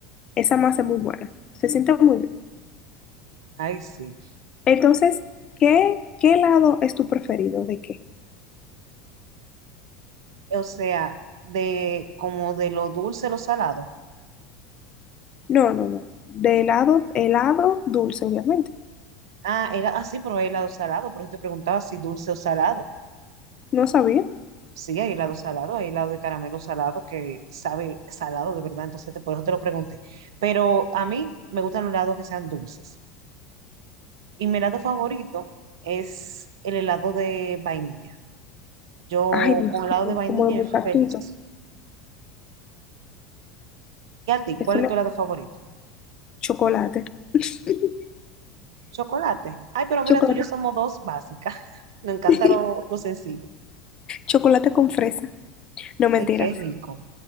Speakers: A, on the left; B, on the right.
A: esa masa es muy buena. Se siente muy bien.
B: Ay, sí.
A: Entonces, ¿qué, qué helado es tu preferido? ¿De qué?
B: O sea, de como de lo dulce, lo salado.
A: No, no, no. De helado, helado dulce, obviamente.
B: Ah, era así, probé helado salado, pero yo te preguntaba si dulce o salado.
A: No sabía.
B: Sí, hay helado salado, hay helado de caramelo salado que sabe salado de verdad, entonces te- por eso te lo pregunté. Pero a mí me gustan los helados que sean dulces. Y mi helado favorito es el helado de vainilla. Yo
A: Ay, Dios
B: con helado
A: mío,
B: de vainilla
A: como de muchachito.
B: yo soy feliz. ¿Y a ti? ¿Cuál
A: Eso me...
B: es tu helado favorito?
A: Chocolate. <laughs>
B: Chocolate. Ay, pero mira,
A: Chocolate.
B: tú y yo somos dos básicas. <laughs> Nos encanta
A: <laughs>
B: lo, lo sencillo.
A: Chocolate con fresa. No, mentira.
B: Ay, qué rico.